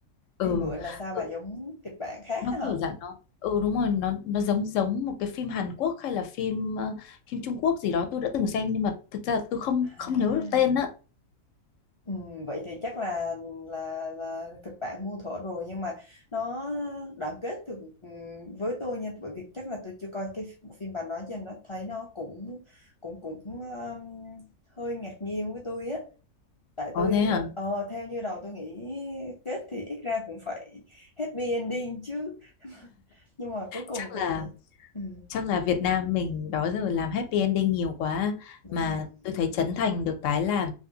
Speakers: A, on the left; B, on the left.
A: ừ
B: đi mượn là sao
A: tôi,
B: bà giống kịch bản khác
A: nó
B: á hả
A: kiểu dạng nó ừ đúng rồi nó nó giống giống một cái phim Hàn Quốc hay là phim ờ, phim Trung Quốc gì đó tôi đã từng xem nhưng mà thực ra là tôi không không
B: à
A: nhớ được tên á
B: ừ, vậy thì chắc là là là kịch bản muôn thuở rồi nhưng mà nó đoạn kết thì ừ, với tôi nha bởi vì chắc là tôi chưa coi cái bộ phim bà nói cho nên nó thấy nó cũng cũng cũng um, hơi ngạc nhiên với tôi á tại
A: có
B: tôi
A: thế
B: lúc-
A: à
B: ờ, theo như đầu tôi nghĩ kết thì ít ra cũng phải happy ending chứ nhưng mà cuối cùng
A: chắc
B: thì
A: là
B: ừ,
A: Chắc là Việt Nam mình đó giờ làm happy ending nhiều quá
B: đúng
A: mà
B: rồi
A: tôi thấy Trấn Thành được cái là